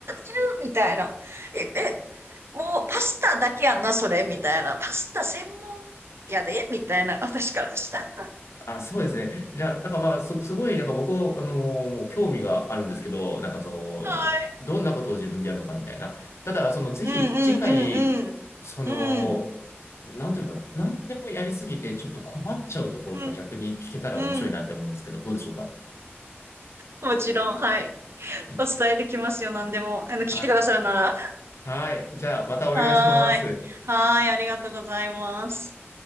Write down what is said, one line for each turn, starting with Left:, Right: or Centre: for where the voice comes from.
Right: いるみたいな。え、え、もうパスタだけやんな、それ、みたいな。パスタ専門やで、みたいな、私からしたら。
Left: あ、そうですね。じゃあ、なんかまあ、す、すごい、なんか僕は、あのーもう興味があるんですけど、なんかその、
Right: はい。
Left: どんなことを自分でやるのかみたいな。ただ、その、ぜひ、
Right: うんうんうんうん。
Left: 次回、その、
Right: うん。
Left: なんていうのかな、なんでもやりすぎて、ちょっと困っちゃうところとか逆に聞けたら面白いなって思うんですけど、
Right: うんうん。
Left: どうでしょうか。
Right: もちろん、はい。
Left: はい。
Right: お伝えできますよ、何でも。あの、聞いてくださるなら。
Left: はい。はい。じゃあ、またお願いします。
Right: はーい。はーい、ありがとうございます。